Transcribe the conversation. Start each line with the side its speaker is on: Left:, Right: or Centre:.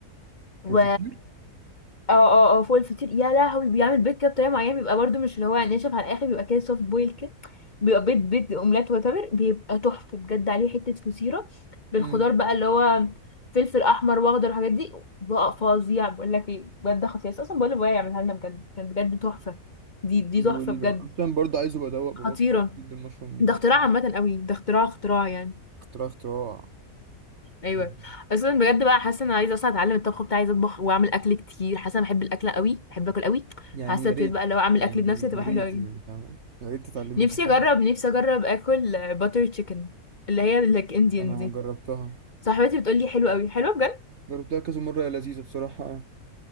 Left: و
Right: الفطير
Left: اه اه اه فوق الفطير يا لهوي بيعمل بيض كده بطريقه معينه بيبقى برضو مش اللي هو ناشف على الاخر بيبقى كده سوفت بويل كده بيبقى بيض بيض اومليت واتر بيبقى تحفه بجد عليه حته فطيره بالخضار
Right: امم
Left: بقى اللي هو فلفل احمر واخضر والحاجات دي بقى فظيع بقول لك ايه بجد خطير اصلا بقول لابويا يعملها لنا بجد كان بجد تحفه دي دي
Right: بيقولي
Left: تحفه بجد
Right: له اصلا برضو عايز ابقى ادوق باباكي
Left: خطيره
Right: جدا المشروم
Left: ده اختراع
Right: بتاعه
Left: عامه قوي ده اختراع اختراع يعني
Right: اختراع اختراع
Left: ايوه
Right: مم.
Left: اصلا بجد بقى حاسه ان انا عايزه اصلا اتعلم الطبخ بتاعي عايزه اطبخ واعمل اكل كتير حاسه انا بحب الاكل قوي بحب اكل قوي
Right: يعني
Left: حاسه
Right: يا
Left: ابتديت
Right: ريت
Left: بقى لو اعمل
Right: يعني
Left: اكل بنفسي هتبقى
Right: يا ريت
Left: حلوه قوي
Right: يعني فاهم يا ريت تتعلمي
Left: نفسي
Right: الحاجات
Left: اجرب
Right: دي
Left: نفسي اجرب اكل باتر تشيكن اللي هي لك انديان
Right: انا
Left: دي
Right: جربتها
Left: صاحبتي بتقول لي حلوه قوي حلوه بجد
Right: جربتها كذا مره يا لذيذه بصراحه